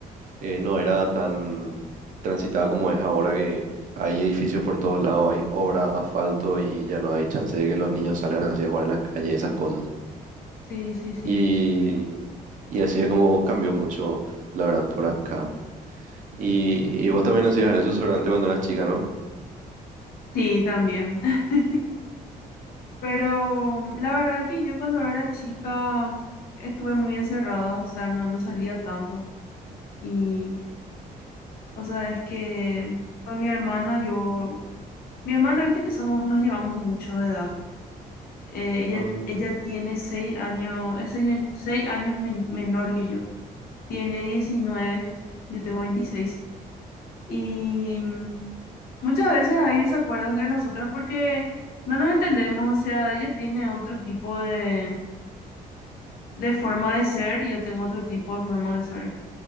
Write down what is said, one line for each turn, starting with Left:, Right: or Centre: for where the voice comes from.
Right: eh, no era tan transitada como es ahora, que hay edificios por todos lados, hay obra, asfalto y ya no hay chance de que los niños salgan así a jugar en la calle, esas cosas.
Left: sí, sí, sí,
Right: Y, y así es como cambió mucho, la verdad, por acá. Y, y vos también hacías eso seguramente cuando eras chica, ¿no?
Left: Sí, también. <laughs> Pero la verdad que yo cuando era chica estuve muy encerrada, o sea, no, no salía tanto. Y, o sea, es que con mi hermana yo, mi hermana, viste que somos, nos llevamos mucho de edad. Eh, ella,
Right: Ah,
Left: ella tiene seis años, es seis años, seis años men- menor que yo. Tiene diecinueve yo tengo veintiséis Y mm, muchas veces hay desacuerdo entre nosotras porque no nos entendemos, o sea, ella tiene otro tipo de de forma de ser y yo tengo otro tipo de forma de ser.